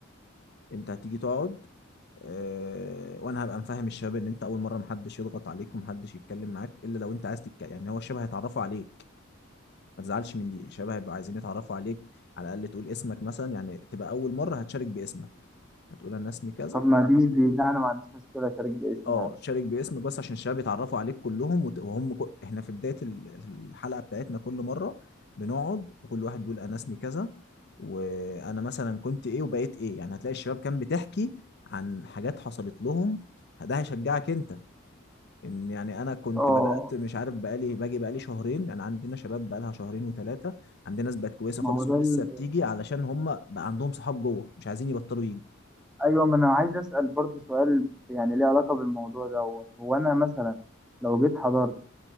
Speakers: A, on the left; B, in the centre.
A: انت هتيجي تقعد آه، وانا هبقى مفهم الشباب ان انت اول مره محدش يضغط عليك ومحدش يتكلم معاك الا لو انت عايز تتكلم يعني هو الشباب هيتعرفوا عليك ما تزعلش من دي الشباب هيبقوا عايزين يتعرفوا عليك على الاقل تقول اسمك مثلا يعني تبقى اول مره هتشارك باسمك هتقول انا اسمي كذا
B: طب ما دي دي لا انا ما عنديش مشكله اشارك باسمي
A: اه
B: عادي
A: شارك باسمك بس عشان الشباب يتعرفوا عليك كلهم وت- وهم كل... احنا في بدايه ال- الحلقه بتاعتنا كل مره بنقعد وكل واحد بيقول انا اسمي كذا وانا مثلا كنت ايه وبقيت ايه يعني هتلاقي الشباب كان بتحكي عن حاجات حصلت لهم ده هيشجعك انت ان يعني انا كنت
B: اه
A: بدات مش عارف بقالي باجي بقالي شهرين انا عندنا شباب بقالها شهرين وثلاثه عندنا ناس بقت كويسه
B: ما
A: خالص
B: هو ده
A: ولسه
B: ال...
A: بتيجي علشان هم بقى عندهم صحاب جوه مش عايزين يبطلوا يجوا
B: ايوه ما انا عايز اسال برضه سؤال يعني ليه علاقه بالموضوع دوت هو انا مثلا لو جيت حضرت